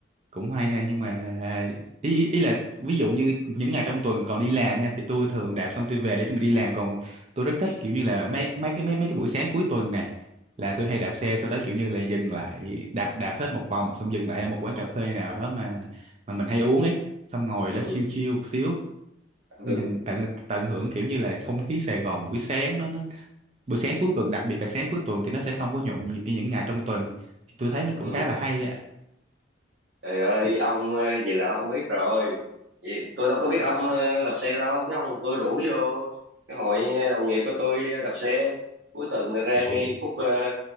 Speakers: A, on the right (about 35°); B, on the right (about 65°).
A: cũng hay ha nhưng mà ý ý ý là ví dụ như những ngày trong tuần còn đi làm nha thì tôi thường đạp xong tôi về để chuẩn bị đi làm còn tôi rất
B: ừ
A: thích kiểu như là mấy mấy cái mấy, mấy cái buổi sáng cuối tuần này là tôi hay đạp xe sau đó kiểu như là dừng lại đạp đạp hết một vòng xong dừng lại ở một quán cà phê nào đó mà mà mình hay uống ấy xong ngồi
B: ừ
A: đó chill chill một xíu
B: ừ
A: nhìn tận tận hưởng kiểu như là không khí Sài Gòn buổi sáng đó nó buổi sáng cuối tuần đặc biệt là sáng cuối tuần thì nó sẽ không có nhộn nhịp như những ngày trong tuần tôi thấy nó
B: ừ
A: cũng khá là hay á
B: trời ơi ông ờ, vậy là ông biết rồi vậy tôi đâu có biết ông ờ, đạp xe đâu chứ không tôi rủ vô cái hội đồng nghiệp của tôi ờ, đạp xe cuối tuần này ra
A: Vậy
B: ngay khúc ờ,